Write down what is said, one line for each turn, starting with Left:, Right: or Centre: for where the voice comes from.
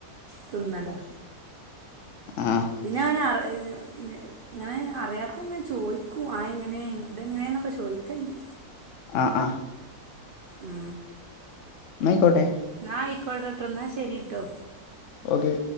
Right: തിന്നലാ
Left: ആഹ്
Right: പിന്നെ അവന് അർ ഏഹ് പിന്നെ ഏഹ് ഇങ്ങനെ അറിയാത്തെങ്ങനെ ചോയിക്കും അഹ് എങ്ങനെ ഇതെങ്ങനേന്നൊക്കെ ചോയിക്കല്ണ്ട്
Left: ആഹ് ആഹ്
Right: ഉം
Left: ഇന്നാ ആയിക്കോട്ടെ
Right: എന്നാ ആയിക്കോട്ടെട്ടൊ ഇന്നാ ശരിട്ടോ
Left: ഓക്കെ